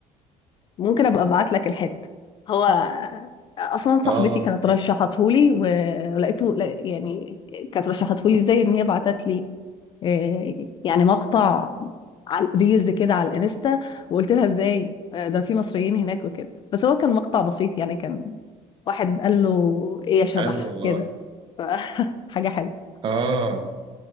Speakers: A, on the left; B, on the right.
A: ممكن ابقى ابعت لك الحته هو اصلا صاحبتي
B: اه والله
A: كانت رشحتهولي و- ولقيته لا- يعني كانت رشحتهولي ازاي ان هي بعتت لي آه، يعني مقطع على ريلز كده على الانستا وقلت لها ازاي آه، ده في مصريين هناك وكده بس هو كان مقطع بسيط يعني كان واحد قال له ايه يا شبح
B: حلو والله
A: كده <laughs> ف- حاجه حلوه
B: اه